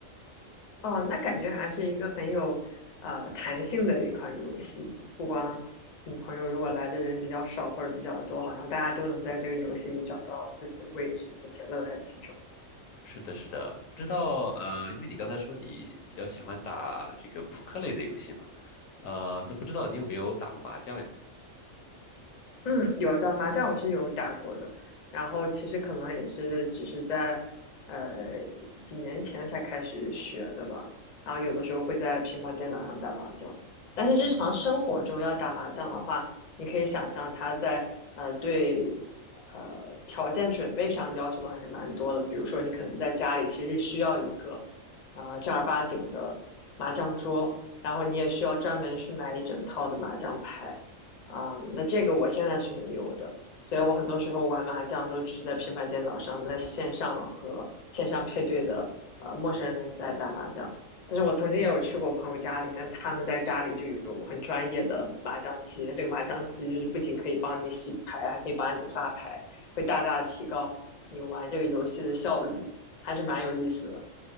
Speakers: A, on the left (about 50°); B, on the left (about 80°).
A: 哦，那感觉还是一个很有呃弹性的一款游戏，就不光你朋友如果来的人比较少或者比较多，好像大家都能在这个游戏里找到自己的位置，并且乐在其中。
B: 是的，是的，不知道呃，因为你刚才说你比较喜欢打这个扑克类的游戏嘛，呃，那不知道你有没有打过麻将呀？
A: 嗯，有的麻将我是有打过的，然后其实可能也是只是在呃几年前才开始学的吧，然后有的时候会在平板电脑上打麻将，但是日常生活中要打麻将的话，你可以想象它在呃对呃条件准备上要求还是蛮多的，比如说你可能在家里其实需要一个啊、呃正儿八经的麻将桌，然后你也需要专门去买一整套的麻将牌。啊、那这个我现在是没有的，所以我很多时候玩麻将都只是在平板电脑上，在线上和线上配对的呃陌生人在打麻将。但是我曾经也有去过朋友家里，那他们在家里就有很专业的麻将机，那这个麻将机就是不仅可以帮你洗牌，还可以帮你发牌，会大大提高你玩这个游戏的效率，还是蛮有意思的。